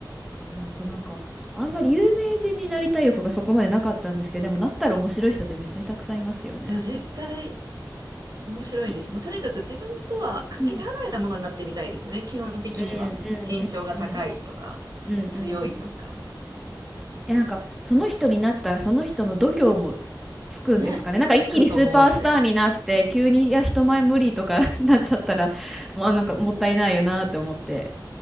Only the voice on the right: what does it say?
いや、絶対面白いんでしょ。
もうとにかく自分とはかけ離れたものになってみたいですよね。
基本的には。
身長が高いとか、
強いとか。
ね。
つくと思うんで。